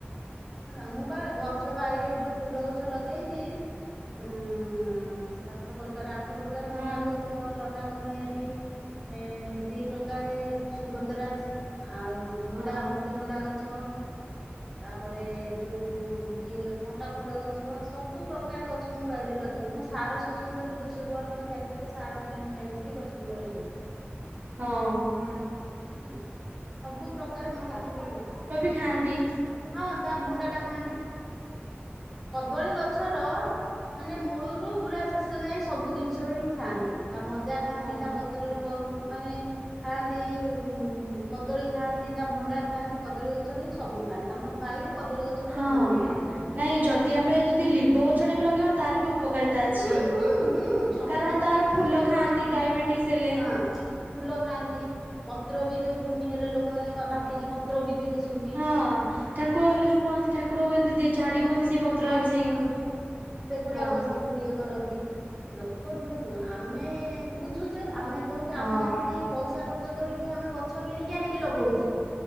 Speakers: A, in the centre; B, on the right.
A: ହେଲା ମୁଁ ବା ଗଛ ବାଇରେ ଯଉ ଫୁଲ ଗଛ ଲଗେଇଛି ଉଁ ସାତ ପ୍ରକାର ଆଠ ପ୍ରକାର
B: ହଁ
A: ମନ୍ଦାର ଗଇଛ ଲ କଟା କନିଆରି ଏ ଦି ପ୍ରକାରେ ସୁଗନ୍ଧରାଜ୍ ଆଉ ଭଣ୍ଡା
B: ହଁ
A: ଅମୃତମଣ୍ଡା ଗଛ ତାପରେ ଯୋଉ ଇଏ କଣ୍ଟା ଫୁଲ ଗଛ ସବୁ ପ୍ରକାର ଗଛ ମୁଁ ବାଡିରେ ଲଗେଇଛି ମୁଁ ସାର ସ୍ୱସନ୍ଦ୍ର ର ଦୁଇଶହ ଟଙ୍କା ଲେଖା ପ୍ୟା ହେଟୁ ସାର କିଣିକି ଆଣିକିରି ଗଛ ମୂଳରେ ଦଉ।
B: ହଁ
A: ହୁଁ ସବୁ ପ୍ରକାର ମନ୍ଦାର ଫୁଲ ହୁଏ।
B: ଥାଆନ୍ତିି।
A: ହଁ ତା ଭଣ୍ଡା ଟା ଖାଆନ୍ତି କଦଳୀ ଗଛର ମାନେ ମୂଳରୁ ପୁରା ଶେଷ ଯାଏଁ ସବୁ ଜିନ୍ଷ ହିଁ ଖାଆନ୍ତି ତା ମଞ୍ଜା ଖାଆନ୍ତି
B: ହଁ
A: ତା ପତ୍ରରେ ବ ମାନେ ଖାଆନ୍ତି ଉ କଦଳୀ ଖାନ୍ତି ତା ଭଣ୍ଡା ଖାନ୍ତି କଦଳୀ ଗଛର ହିଁ ସବୁ ଖାଆନ୍ତି ଆମ ବାଇରେ କଦଳୀ ଗଛ ପୁରା
B: ହଁ
A: ବଣା ହେଇଗଲାଣି।
B: ନାଇଁ ଯଦି ଆମେ ଯଦି ଲିମ୍ବ ଗଛଟେ ବି ଲଗେଇବା ତାର ବି ଉପକାରିତା ଅଛି।
A: ହୁଁ ହୁଁ ହୁଁ ସବୁ
B: କାରଣ
A: କ୍ଷେତ୍ରରେ
B: ତାର ଫୁଲ
A: ନିମ ପତ୍ର
B: ଖାଆନ୍ତି
A: ଟା
B: ଡାଇବେଟିସ ହେଲେ
A: ହଁ। ଫୁଲ ଖାଆନ୍ତି ପତ୍ର ବି ଯୋଉ କୁର୍ମି ହେଲେ ଲୋକମାନେ ବାଟିକି ପତ୍ର ବି ପିଉଛନ୍ତି।
B: ହଁ ଠାକୁର ହେଲେ ଯୋଉ କହନ୍ତି ଠାକୁର ହଅନ୍ତି ଝାଡି ହୁଅନ୍ତି ସେଇ ପତ୍ରରେ
A: ଝାଡି
B: ବି ସେଇ।
A: ହୁଅନ୍ତି ସେଗୁରାକ
B: ହଁ
A: ସବୁ ଇଏ କରନ୍ତି। ଲୋକ ଝିଅ ଶୁଣ ଆମେ ବୁଝୁଛେ ଆମେ କହୁଛେ
B: ହଁ
A: ଆମେ କାହିଁକି ପଇସା ଖ ର୍ଚ୍ଚ କରି କିବି ଆମେ ଗଛ କିଣିକି ଆଣିକି ଲଗଉଛେ